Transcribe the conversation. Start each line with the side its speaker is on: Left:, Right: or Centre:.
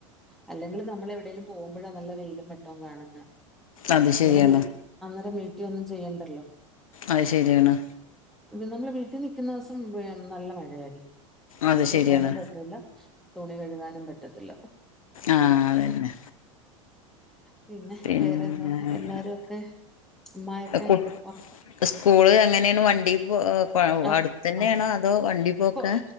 Centre: അല്ലെങ്കില് നമ്മളെവിടേലും പോവ്മ്പഴാ നല്ല വെയിലും വെട്ടവും കാണ്ന്നെ
Left: അത് ശരിയാണ്
Centre: അന്നേരം വീ അന്നേരം വീട്ടി ഒന്നും ചെയ്യണ്ടല്ലോ.
Left: അയ് ശെരിയാണ്.
Centre: നമ്മള് വീട്ടി നിക്കൂന്നോസം നല്ല മഴയാരിക്കും.
Left: അത്
Centre: തൂക്കാനും
Left: ശരിയാണ്
Centre: പറ്റൂല തുണി കഴുകാനും പറ്റത്തില്ല.
Left: ആഹ് അതന്നെ
Centre: പിന്നെ
Left: പിന്നെ
Centre: വേറെന്താ എല്ലാരും ഒക്കെ <unintelligible> യൊക്കെ
Left: കു
Centre: ഒറ
Left: സ്കൂള് എങ്ങനേണ് വണ്ടി പോ
Centre: ആഹ്
Left: അടുത്തന്നേണോ
Centre: ആഹ്
Left: അതോ വണ്ടീ പോക്കാ?
Centre: കൊ